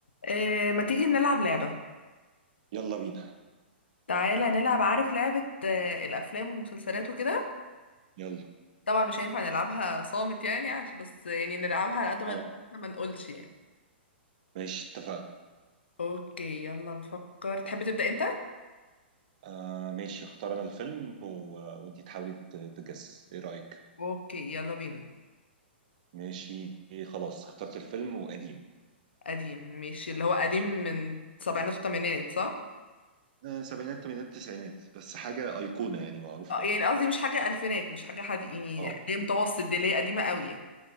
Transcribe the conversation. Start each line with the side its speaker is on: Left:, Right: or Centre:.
Left: آه، ما تيجي نلعب لعبة
Right: يلا بينا
Left: تعالى نلعب عارف لعبة آه، الأفلام والمسلسلات وكده
Right: يلا
Left: طبعا مش هينفع نلعبها صامت يعني عشان بس يعني نلعبها على قد ما
Right: اه
Left: نقدر، إحنا ما نقولش يعني
Right: ماشي اتفقنا
Left: اوكي يلا نفكر تحب تبدأ انت؟
Right: آه ماشي اختار انا الفيلم و... وانتي تحاولي ت- تجس ايه رأيك
Left: اوكي يلا بينا
Right: ماشي خلاص اخترت الفيلم وقديم
Left: قديم ماشي اللي هو قديم من سبعينات وثمانينات صح؟
Right: آه سبعينات تمانينات تسعينات بس حاجة أيقونة يعني معروفة
Left: آه،
Right: قوي
Left: يعني قصدي مش حاجة ألفينات مش حاجة حد يعني
Right: اه
Left: حاجة متوسط دي اللي هي قديمة قوي يعني